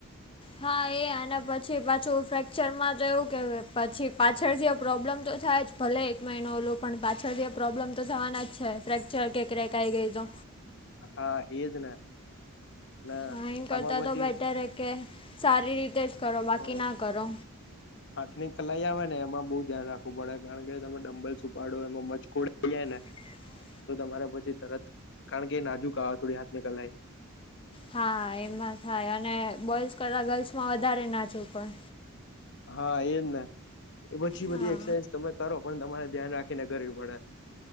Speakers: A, on the left; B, on the left.
A: હા એ અને પછી પાછું ફ્રેક્ચરમાં તો એવું કેય પછી પાછળ જે પ્રોબ્લેમ તો થાય જ ભલે એક મહિનો ઓલું પણ પાછળથી પ્રોબ્લેમ તો થવાના જ છે ફ્રેક્ચર કે ક્રેક આવી ગઈ તો
B: હા એજ ને ને
A: હા એ કરતા
B: આમાં પછી
A: તો બેટર હે કે સારી રીતે જ કરો, બાકી
B: હમ
A: ના કરો.
B: હાથની કલાઈ આવે ને એમાં બઉુ ધ્યાન રાખવું પડે કારણ કે તમે ડંબલ છપાડો એમાં મજખડા જાય ને
A: હ
B: તો તમારે પછી તરત કારણ કે નાજુક આવા થોડી હાથ ની કલાઈ.
A: હા એમાં થાય અને બોઇસ કરતા ગર્લ્સમાં વધારે નાજુક હોય.
B: હા એજ ને એ પછી
A: હા
B: બધી એક્સરસાઇઝ તમે કરો પણ તમારે ધ્યાન રાખીને કરવી પડે.